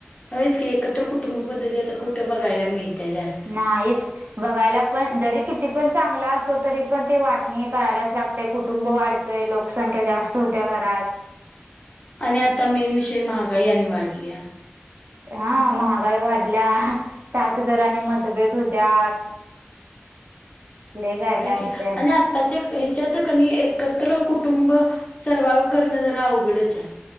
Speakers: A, on the left; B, on the right.
A: होयच की एकत्र कुटुंब पद्धती आता कुठ्या बघायला मिळत्या जास्त.
B: नाहीत बघायला पण जरी किती पण चांगला असो तरी पण ते वाटणी करायलाच लागते कुटुंब वाढते ते लोकसंख्या जास्त होत्या घरात
A: आणि आता मेन विषय महागाई आणि वाढली
B: हा महागाई वाढल्या त्यात जरा आणि मतभेद होत्या लई काय
A: हाय
B: काय
A: की
B: असते
A: आणि आत्ताच्या ह्याच्यात कनी एकत्र कुटुंब सर्वा्हाइव्ह करणं जरा अवघडच आहे